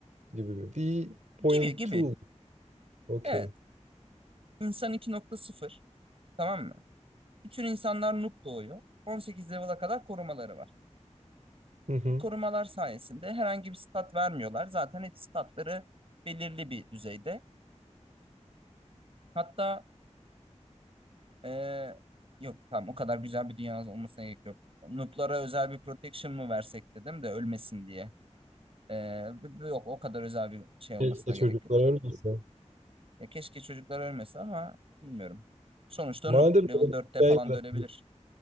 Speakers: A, on the right (about 85°); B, on the right (about 50°).
A: gibi mi? V.2.
B: gibi gibi.
A: Okey.
B: Evet, insan 2.0 tamam mı? Bütün insanlar noob doğuyor. 18 level'a kadar korumaları var.
A: Hı hı.
B: Bu korumalar sayesinde herhangi bir stat vermiyorlar. Zaten hep statları belirli bir düzeyde. Hatta eee, yok tamam o kadar güzel bir dünyanız olmasına gerek yok. Noob'lara özel bir protection mı versek dedim de ölmesin diye. Eee, b- b- yok o kadar özel bir şey olmasına
A: Keşke çocuklar
B: gerek yok.
A: ölmese.
B: Ya keşke çocuklar ölmese ama bilmiyorum. Sonuçta
A: Madem
B: noob level
A: öyle bir
B: dörtte
A: dünya
B: falan
A: yaratıyorsun,
B: da ölebilir.